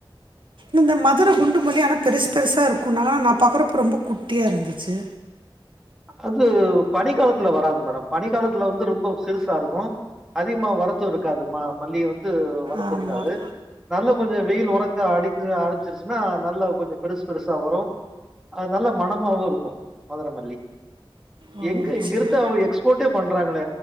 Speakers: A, on the right (about 65°); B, in the centre.
A: இந்த மதுர குண்டு மல்லி ஆனா பெருசு பெருசா இருக்குன்னாங்ங ஆனா நா பாக்குறப்ப ரொம்ப குட்டியா இருந்துச்சு
B: அது பனி காலத்துல வராது மேடம் பனி காலத்துல வந்து ரொம்ப சிறுசா இருக்கு அதிகமா வரத்து இருக்காது ம மல்லி வந்து வரத்து
A: ஆமாம்
B: இருக்காது நல்லா கொஞ்ச வெயில் வொரக்க அடி சிருச்சுன்னா நல்லா கொஞ்ச பெருசு பெருசா வரு அது நல்ல மணமாவு இருக்கு மதுரமல்லி
A: ஓ
B: எங்க இங்கருந்துதா
A: சரி
B: அவங்க எக்ஸ்போர்ட்டே பண்றாங்கள